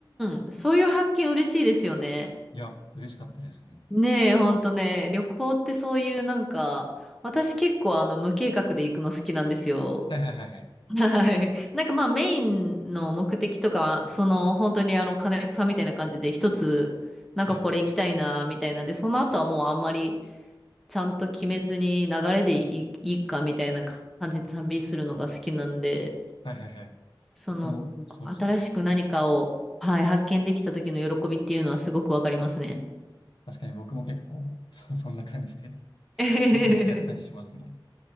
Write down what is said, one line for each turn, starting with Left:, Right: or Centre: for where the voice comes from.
Centre: ーん。そういう発見嬉しいですよね。
Left: いや、嬉しかったですね。
Centre: ねえ、ほんとね。旅行ってそういうなんか、私結構あの無計画で行くの好きなんですよ。
Left: はいはいはいはい。
Centre: <laughs> はい。なんかまあメインの目的とか、その本当にあの金子さんみたいな感じで一つ、なんかこれ行きたいなみたいなんで、
Left: はい。
Centre: その後はもうあんまりちゃんと決めずに流れでいい、いいかみたいな感じで旅するのが好きなんで。
Left: はいはいはい。
Centre: その、
Left: 僕も、そうですね。
Centre: 新しく何かを、はい、発見できた時の喜びっていうのはすごくわかりますね。
Left: 確かに僕も結構、そ、そんな感じで <laughs>
Centre: <laughs>
Left: 時々やったりしますね。